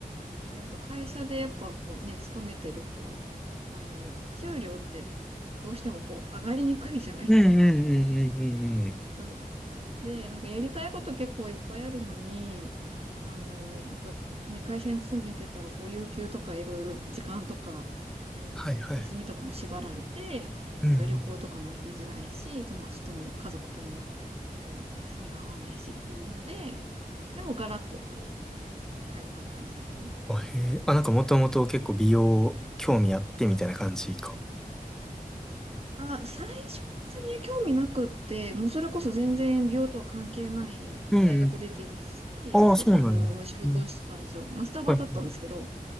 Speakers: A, on the right; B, in the centre.
A: で、あと会社でやっぱこうね、勤めてると、あの、給料ってどうしてもこう上がりにくいじゃないですか。
B: うんうんうんうん
A: <laughs>
B: うんうん
A: そう。で、なんかやりたいこと結構いっぱいあるのに、あの、やっぱね、会社に勤めてたらこう有給とかいろいろ時間とか、あの、
B: はいはい。
A: 休みとかも縛られて、
B: うんうん。
A: なんか旅行とかも行きづらいし、友達とも家族とも、こう、休みが合わないしっていうので、でもガラッとこう、変えた感じですね。
B: あ、へえ。あ、なんかもともと結構美容興味あってみたいな感じか。
A: あ、最初別に興味なくって、もうそれこそ全然美容とは関係ない、もう大学出てるし、
B: うん。うんうんああ、
A: せ、
B: そうなんや。
A: あのー仕事をしてたんですよ。
B: うん。
A: まあ、スタバだったんですけど。
B: はいはい。